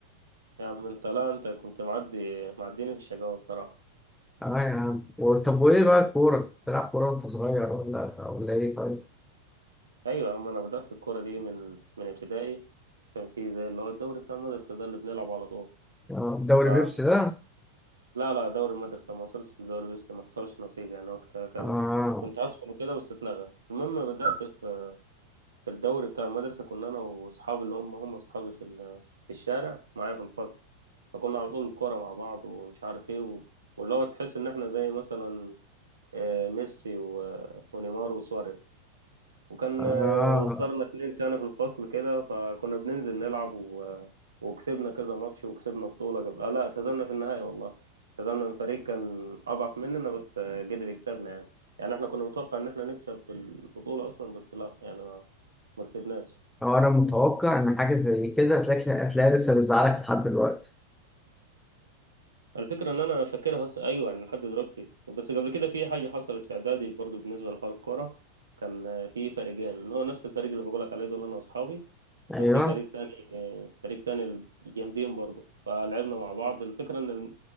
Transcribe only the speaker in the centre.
اه يا عم طب وايه بقى الكورة؟ بتلعب كورة وانت صغير ولا ولا ايه طيب؟
آه، دوري
بيبسي ده
آه
آه
آه، أنا متوقع إن حاجة زي كده هتلاقي هتلاقي لسه بيزعلك لحد دلوقتي
أيوه